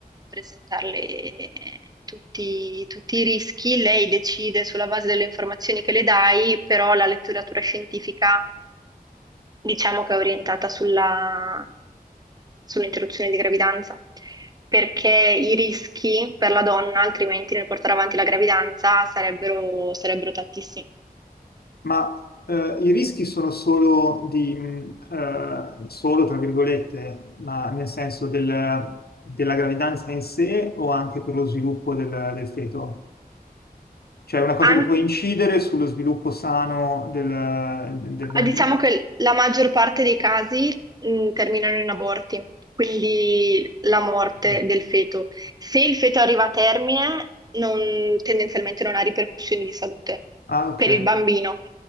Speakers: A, on the right; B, on the left.
A: presentarle tutti, tutti i rischi. Lei decide sulla base delle informazioni che le dai, però la letteratura scientifica diciamo che è orientata sulla, sull'interruzione di gravidanza, perché i rischi per la donna, altrimenti nel portare avanti la gravidanza, sarebbero, sarebbero tantissimi.
B: Ma eh, i rischi sono solo di, mh, eh, solo tra virgolette, ma nel senso del- della gravidanza in sé o anche per lo sviluppo del, del feto? Cioè è una cosa
A: An-
B: che può incidere sullo sviluppo sano del, del bambino.
A: diciamo che la maggior parte dei casi, mh, terminano in aborti, quindi la morte
B: Eh,
A: del feto. Se il feto arriva a termine, non- tendenzialmente non ha ripercussioni di salute
B: Ah, ok.
A: per il bambino.